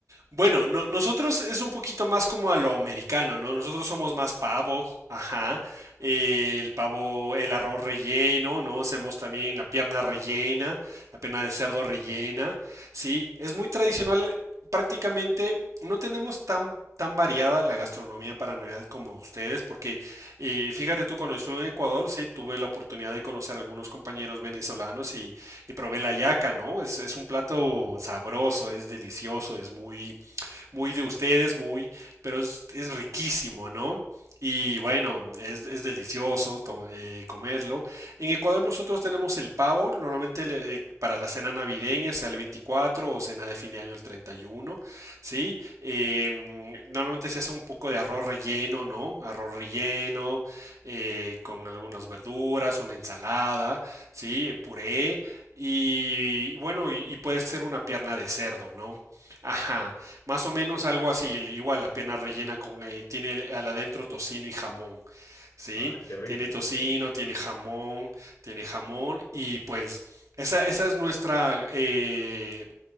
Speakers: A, on the right; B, on the left.
A: Bueno, no- nosotros es un poquito más como a lo americano, ¿no? Nosotros somos más pavo, ajá. eh, el pavo, el arroz relleno, ¿no? Hacemos también la pierna rellena, la pierna de cerdo rellena, ¿sí? Es muy tradicional, prácticamente no tenemos tan tan variada la gastronomía para Navidad como ustedes, porque eh, fíjate tú, cuando estuve en Ecuador, sí, tuve la oportunidad de conocer a algunos compañeros venezolanos y, y probé la yaca, ¿no? Es, es un plato sabroso, es delicioso, es muy, muy de ustedes, muy, pero es, es riquísimo, ¿no? Y bueno, es, es delicioso eh, comerlo. En Ecuador nosotros tenemos el pavo, normalmente le- eh, para la cena navideña, sea el 24 o cena de fin de año el 31, ¿sí? Em, normalmente se hace un poco de arroz relleno, ¿no? Arroz relleno, eh, con algunas verduras, una ensalada, ¿sí? Puré. Y bueno, y, y puede ser una pierna de cerdo, ¿no? Ajá, más o menos algo así, igual la pierna rellena con, eh, tiene el- al adentro tocino y jamón, ¿sí?
B: Ay, qué rico,
A: Tiene tocino,
B: sí.
A: tiene jamón, tiene jamón y pues esa, esa es nuestra, eh,